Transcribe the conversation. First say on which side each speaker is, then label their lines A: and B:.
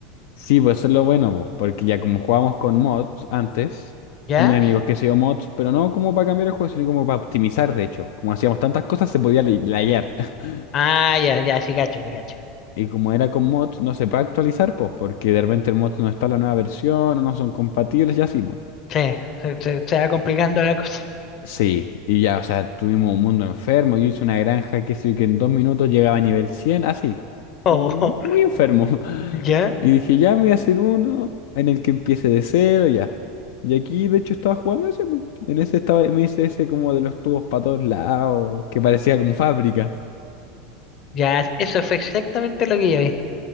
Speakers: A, on the left (about 60°); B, on the left (about 30°).
A: sí, pues eso es lo bueno, pues, porque ya como jugábamos con mods antes,
B: ¿Ya?
A: con mis amigos que hacían mods, pero no como para cambiar el juego, sino como para optimizar, de hecho. Como hacíamos tantas cosas, se podía lay- layar. <laughs>
B: Ah, ya, ya, sí, cacho, sí, cacho.
A: Y como era con mods, no se puede actualizar, pues, porque de repente el mod no está en la nueva versión, o no son compatibles y así, pues.
B: Sí, se, se- se va complicando la cosa. <laughs>
A: Sí, y ya, o sea, tuvimos un mundo enfermo. Yo hice una granja que sí, que en dos minutos llegaba a nivel 100, así,
B: Oh,
A: como muy enfermo. <laughs>
B: ya,
A: Y dije, ya me voy a hacer uno en el que empiece de cero, ya. Y aquí, de hecho, estaba jugando ese. po. En ese estaba, me hice ese como de los tubos para todos lados, que parecía como fábrica.
B: ya, eso fue exactamente lo que yo vi.